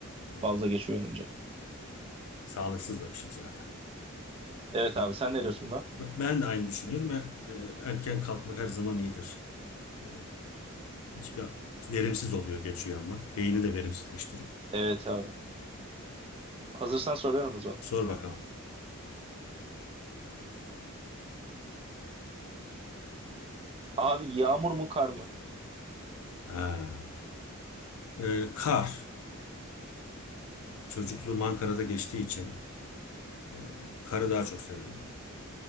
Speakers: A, on the left (about 75°); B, on the right (about 25°).
A: Doğru.
B: Fazla geç uyanınca.
A: Sağlıksız da bir şey zaten.
B: Evet
A: Ben,
B: abi sen ne diyorsun buna?
A: ben de aynı düşünüyorum. E, e, Erken kalkmak her zaman iyidir. E, Hiçbir verimsiz oluyor geç uyanmak. Beyni de verimsizleştiriyor.
B: Evet abi. Hazırsan soruyorum o zaman.
A: Sor bakalım.
B: Abi yağmur mu kar mı?
A: Ha. E, kar. Çocukluğum Ankara'da geçtiği için e, karı daha çok severim.